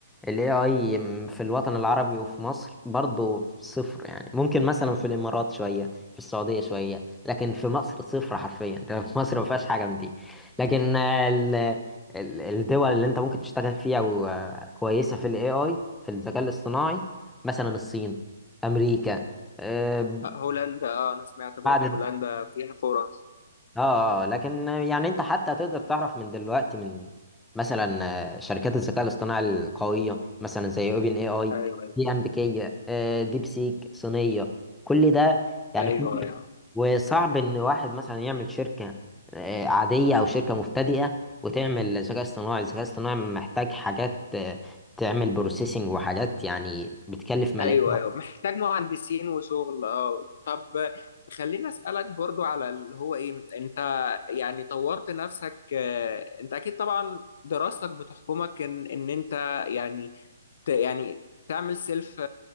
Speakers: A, in the centre; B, on the left.
A: ال AI في الوطن العربي وفي مصر برضو صفر يعني ممكن مثلا في الإمارات شوية في السعودية شوية لكن في مصر صفر حرفيا <laughs> في مصر ما فيهاش حاجة من دي لكن آه، ال ال- الدول اللي انت ممكن تشتغل فيها وكويسة في ال AI في الذكاء الاصطناعي مثلا الصين أمريكا آه،
B: هولندا اه انا سمعت برضو
A: بعد
B: هولندا فيها فرص
A: اه اه لكن يعني انت حتى تقدر تعرف من دلوقتي من مثلا آه، شركات الذكاء الاصطناعي القوية مثلا زي اوبن اي اي
B: ايوه
A: دي امريكية آه، ديب سيك صينية كل ده يعني
B: ايوه
A: كل وصعب ان واحد مثلا يعمل شركة آه، عادية او شركة مبتدئة وتعمل ذكاء اصطناعي الذكاء الاصطناعي محتاج حاجات آه، تعمل بروسيسنج وحاجات يعني بتكلف ملايين
B: ايوه ايوه محتاج مهندسين وشغل اه طب خليني اسالك برضو على اللي هو ايه انت يعني طورت نفسك آه، انت اكيد طبعا دراستك بتحكمك ان ان انت يعني ت يعني تعمل سيلف